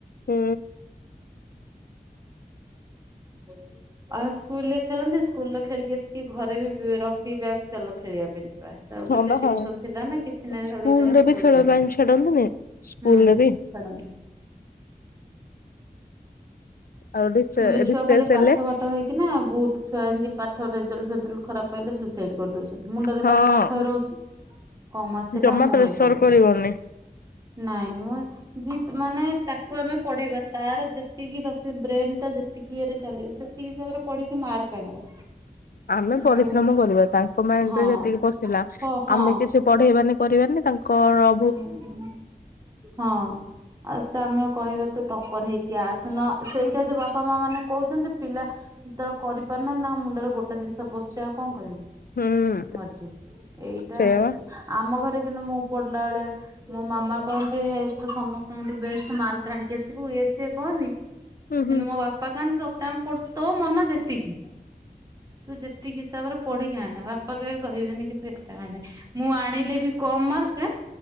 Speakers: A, on the left; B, on the right.
A: ହୁଁ।
B: ବୋଲେ। ଆଉ ସ୍କୁଲ୍ ରେ ଖେଳନ୍ତି ସ୍କୁଲ୍ ରେ ଖେଳିକି ଆସିକି ଘରେ ବି ରଖି ବ୍ୟାଗ୍ ଚାଲ ଖେଳିବା ପାଇଁ ଯିବା ଭାରି। ଆଉ
A: ହଁ
B: କେତେ
A: ବା ହଁ।
B: ଟିଉସନ ଥିଲା ନା କିଛି ନାଇ
A: ସ୍କୁଲ
B: ଖାଲି ଯାହା
A: ରେ
B: ସ୍କୁଲ୍
A: ବି ଖେଳ
B: ଯାଆନ୍ତି
A: ପାଇଁ ଛାଡନ୍ତିନି। ସ୍କୁଲରେ
B: ହୁଁ।
A: ବି।
B: <unintelligible>
A: ଆଉ ରିସେ
B: ଏବେ ଛୁଆଖାଲି
A: ରିସେସ୍ ହେଲେ
B: ପାଠ ପା ଠ ହେଇକିନା ବହୁତ ଛୁଆ ଏମତି ପାଠ ରେଜଲ୍ ଫେଜଲ୍ ଖରାପ ପାଇଲେ ସୁଇସାଇଡ୍ କରିଦଉଛି। <unintelligible> ମୁଣ୍ଡରେ
A: ହଁ
B: ବାସ୍ ପାଠ ରହୁଛି, କମ ଆସିଲା
A: ଜମା
B: ମୁଁ
A: ପ୍ରେସର
B: ଇଏ କରିଦେବି।
A: କରିବନି।
B: ନାଇଁ ମୁଁ ଜିତ୍ ମାନେ ତାକୁ ଆମେ ପଢେଇବା ତାର ଯେତିକି ରଖି ବ୍ରେନ୍ ତ ଯେତିକି ଇଏରେ ଚାଲିବ ସେତିକି ହିସାବରେ ପଢିକି ମାର୍କ ଆଣିବ।
A: ଆମେ ପରିଶ୍ରମ
B: କହିବା କ
A: କରିବା ତାଙ୍କ ମାଇଣ୍ଡରେ
B: ହଁ
A: ଯେତିକି ପଶିଲା
B: ହ ହଁ
A: ଆମେ କିଛି ପଢେଇବାନି କରିବାନି ତାଙ୍କ କର
B: <unintelligible> ହଁ ଆଉ ସେ ଆମେ କହିବା ତୁ ଟପର୍ ହେଇକି ଆସୁନ ସେଇଟା ଯୋଉ ବାପା ମା ମାନେ କହୁଛନ୍ତି ପିଲା ତାର କରି କରନାହାନ୍ତି ନା ତାଙ୍କ ମୁଣ୍ଡରେ ଗୋଟେ ଜିନିଷ ପଶଛି ଆଉ କଣ କରିବି
A: ହୁଁ
B: ମରିଯିବି, ଏଇଟା
A: ସେଇଆ
B: ବେଶୀ
A: ବା।
B: ଆମ ଘରେ କିନ୍ତୁ ମୁଁ ପଡଲା ବେଳେ ମୋ ମାମା କହନ୍ତି ତୁ ସମସ୍ତଙ୍କଠୁ ବେଷ୍ଟ ମାର୍କ ଆଣିକି ଆସିବୁ ଇଏ ସିଏ କହନ୍ତି। କିନ୍ତୁ
A: ହୁଁ ହୁଁ
B: ମୋ ବାପା କହନ୍ତି ତୋତେ ଆମେ ପଡ ତ ମନ ଯେତିକି ତୁ ଯେତିକି ହିସାବରେ ପଢିକି ଆଣେ, ବାପା କେବେ କହିବେନି କି ତୁ ଏତେ ଆଣେ। ମୁଁ ଆଣିଲେ ବି କମ ମାର୍କ